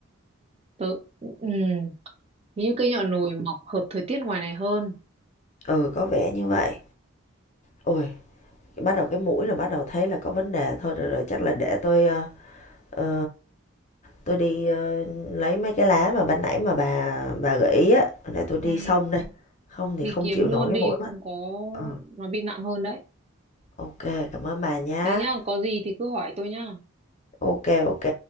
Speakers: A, on the right; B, on the left.
A: Tớ, ừ, như cây nhỏ nổi mọc hợp thời tiết ngoài này hơn.
B: Ừ, có vẻ như vậy. Ôi, bắt đầu cái mũi là bắt đầu thấy là có vấn đề thôi, rồi rồi chắc là để tôi, ơ, ờ, tôi đi, ơ, lấy mấy cái lá mà ban nãy mà bà bà gợi ý á, để tôi đi
A: Ừ.
B: xông đây, không
A: Đi
B: thì không
A: kiếm
B: chịu
A: luôn
B: nổi cái
A: đi,
B: mũi mất.
A: không có
B: Ờ,
A: nó bị nặng hơn đấy.
B: ô cảm ơn bà nhá.
A: Thế nhá, có gì thì cứ hỏi tôi nhá.
B: ok ok